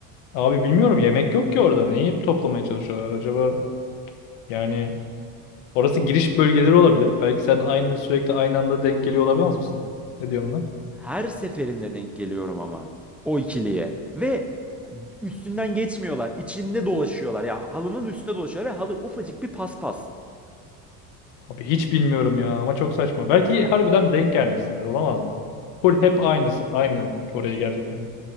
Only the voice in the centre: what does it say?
Her seferinde denk geliyorum ama o ikiliye ve üstünden geçmiyorlar, içinde dolaşıyorlar ya halının üstüne dolaşıyorlar ve halı ufacık bir paspas.